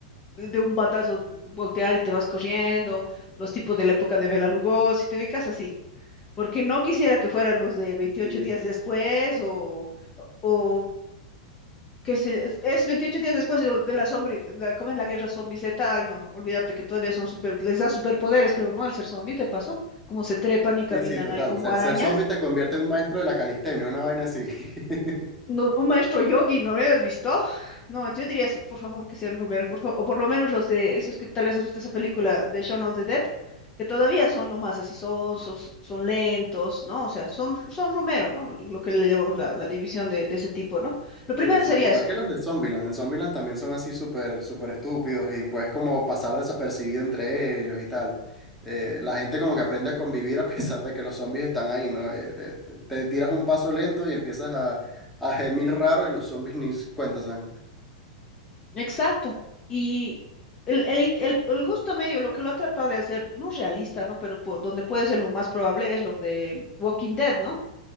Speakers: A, on the left; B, in the centre.
A: eh, de un batazo voltear y te vas corriendo, los tipos de la época de Bela Lugosi, te ubicas así. Porque no quisiera que fueran los de veintiocho
B: Sí,
A: días
B: sí,
A: después o, o que se, es es 28 días después de, de la zombie, la, ¿cómo es la guerra zombie Z? Ay, no, olvídate que todavía son super, les da superpoderes, creo, ¿no? Al ser zombie, ¿te pasó? Como se trepan y caminan
B: sí, sí, total.
A: ahí como
B: Ser,
A: arañas.
B: ser zombie te convierte en un maestro de la calistenia, una vaina así. <laughs>
A: No, un maestro yogi, ¿no me has visto? No, yo diría eso, por favor, que sean Romero, por favor, o por lo menos los de esos que tal vez has visto esa película de Shaun of the Dead, que todavía son nomás así sonsos, son lentos, ¿no? O sea, son, son Romero, ¿no? Lo que le llamamos la, la división de, de ese tipo, ¿no? Lo primero
B: Sí, sí,
A: sería
B: igual
A: eso.
B: que los de Zombieland. En Zombieland también son así súper, súper estúpidos y puedes como pasar desapercibido entre ellos y tal. Eh, la gente como que aprende a convivir a pesar de que los zombies están ahí, ¿no? Eh, te, te- te tiras un paso lento y empiezas a, a gemir raro y los zombies ni se cuenta se dan.
A: Exacto. Y el, el in- el- el justo medio, lo que lo han tratado de hacer, no realista, ¿no? Pero po- donde puede ser lo más probable es lo de Walking Dead, ¿no?